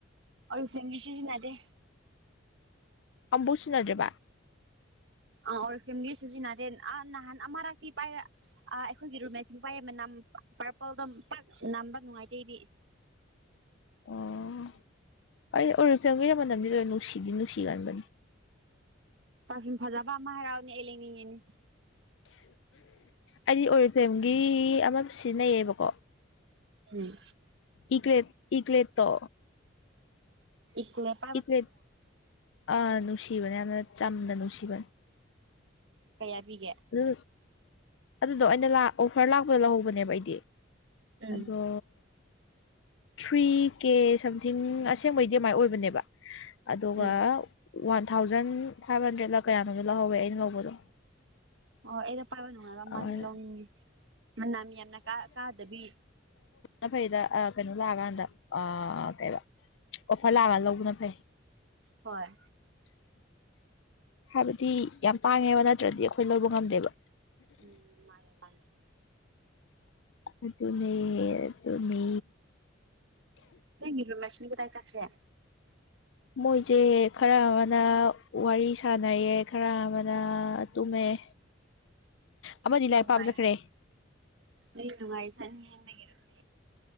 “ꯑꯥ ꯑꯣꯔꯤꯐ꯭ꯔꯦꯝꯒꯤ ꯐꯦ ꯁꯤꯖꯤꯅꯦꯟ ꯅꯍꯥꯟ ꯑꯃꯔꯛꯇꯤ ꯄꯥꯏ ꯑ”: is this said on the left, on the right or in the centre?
Right